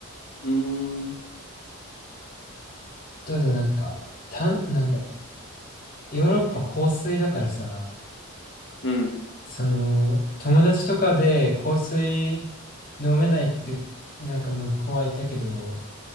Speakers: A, on the left; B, on the left.
A: うーん、
B: ただなんか、たん、なんだろう。ヨーロッパ香水だからさ、
A: うん、
B: その、友達とかで香水飲めないって、なんか向こうはいたけど、